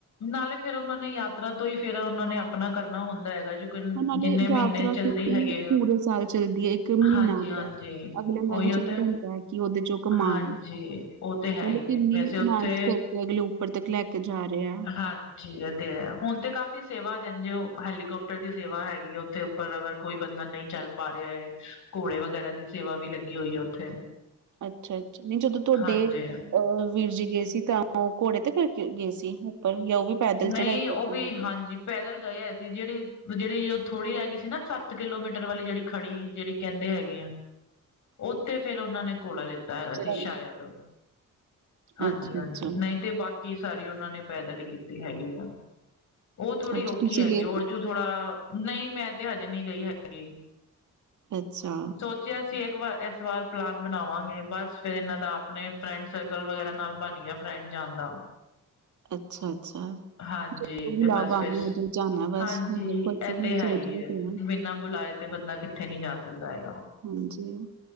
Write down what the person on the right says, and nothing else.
ਓ ਨਾਲੇ
ਯਾਤਰਾ
ਕੇੜੇ
ਪੂਰੇ ਸਾਲ ਚੱਲਦੀ ਐ, ਇੱਕ ਮਹੀਨਾ
ਆਉਂਦਾ
ਹੈ। ਅਗਲੇ
ਮੈਂ ਵੀ ਚਲੋ
ਗੁਣ ਹੈ ਕਿ ਉਹਦੇ ਚੋਂ ਕਮਾਣ,
ਮਤਲਬ
ਕਿੰਨੀ
ਮਿਹਨਤ
ਕਰ। ਤੇ ਅਗਲੇ ਉੱਪਰ ਤੱਕ ਲੈ ਕੇ ਜਾ ਰਹੇ ਐ।
ਅੱਛਾ- ਅੱਛਾ ਨਈ ਜਦੋਂ ਤੁਹਾਡੇ
ਅ ਵੀਰ ਜੀ ਗਏ ਸੀ ਤਾਂ ਓ ਘੋੜੇ ਤੇ ਕਰਕੇ ਗਏ ਸੀ ਉੱਪਰ ਜਾਂ ਓ ਵੀ, ਪੈਦਲ
ਚੜ੍ਹਾਈ ਕਰਦੇ
ਗਏ ਸੀ?
ਹ
ਚੜਾਈ
ਅੱਛਾ-ਅੱਛਾ,
ਅੱਛਾ
ਤੁਸੀਂ
ਗਏ
ਅੱਛਾ।
ਅੱਛਾ-ਅੱਛਾ।
ਬੁਲਾਵਾ
ਆਣਾ ਉਦੋਂ ਜਾਣਾ ਬਸ
ਹੁਣ ਦੇਖੋ ਅਸੀਂ
ਵੀ
ਸੋਚਦੇ
ਪਏ ਆ।
ਹਾਂਜੀ,